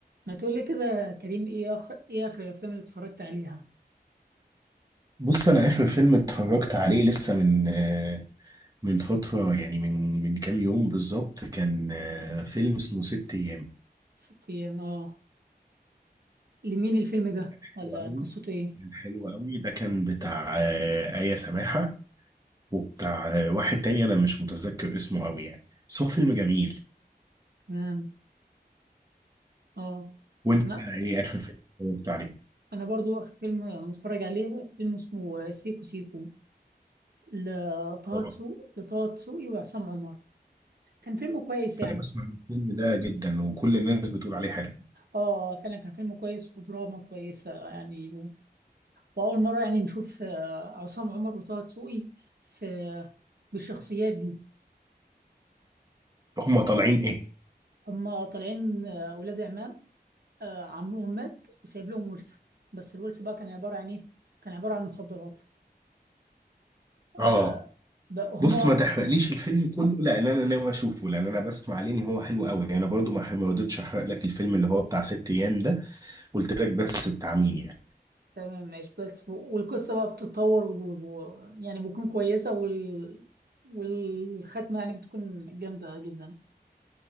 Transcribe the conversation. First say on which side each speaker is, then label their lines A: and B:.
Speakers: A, on the right; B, on the right.
A: ما تقول لي كده يا كريم ايه اخر ايه اخر الافلام اللي اتفرجت عليها
B: بص انا اخر فيلم اتفرجت عليه لسه من آه، من فتره يعني من من كام يوم بالظبط كان آه، فيلم اسمه ست ايام
A: ست ايام اه لمين الفيلم ده
B: حلو
A: ولا
B: قوي
A: قصته ايه
B: كان حلو قوي ده كان بتاع آه، آية سماحه وبتاع آه، واحد تاني انا مش متذكر اسمه قوي يعني بس هو فيلم جميل
A: تمام اه
B: وانت
A: انا
B: بقى ايه اخر فيلم اتفرجت عليه
A: انا برضو اخر فيلم متفرج عليه فيلم اسمه سيكو سيكو لطه
B: اه
A: دسوقي لطه دسوقي وعصام عمر كان فيلم كويس يعني
B: انا بسمع الفيلم ده جدا وكل الناس بتقول عليه حلو
A: اه فعلا كان فيلم كويس ودراما كويسة يعني و- واول مرة يعني نشوف آه، عصام عمر وطه دسوقي في بالشخصيات دي
B: هما طالعين ايه
A: هما طالعين آه، ولاد عمام آه، عمهم مات وسايب لهم ورث بس الورث بقى كان عبارة عن إيه؟ كان عبارة عن مخدرات
B: اه
A: آه بقى هما
B: بص ما تحرقليش الفيلم كله لان انا ناوي اشوفه لان انا بسمع عليه ان هو حلو قوي انا برضو ما ما رضيتش احرق لك الفيلم اللي هو بتاع ست ايام ده قلت لك بس بتاع مين يعني
A: تمام ماشي بس والقصة بقى بتتطور و... و... يعني بتكون كويسة وال... والختمة يعني بتكون جامدة جدا